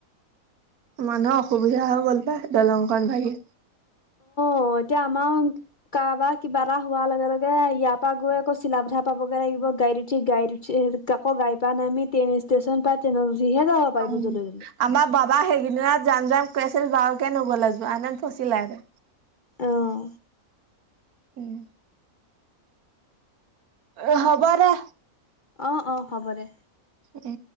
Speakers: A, on the right; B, on the left.
A: মানুহৰ অসুবিধা হৈ গ'ল পায়। দলংখন ভাগি
B: অ এতিয়া আমাৰ কাৰবাৰ কিবা এটা হোৱাৰ লগে লগে ইয়াৰ পৰা গৈ আকৌ চিলা পঠা পাবগে লাগিব। গাড়ী উঠি গাড় উি আকৌ গাড় পা নাই আমিট্ৰেইন ষ্টেচন প ট্ৰেইনত- উঠিহে যাব পাৰিব
A: উম
B: যলৈ তলৈ।
A: আমাৰ বাবা সেইকদিনত যাম যাম কৈ আছি ছিল বাওকে নগলে যোৱা হেতেন ফচিলে হলে
B: অহ
A: উম অ হ'ব দে
B: অ অ হ'ব দে
A: উম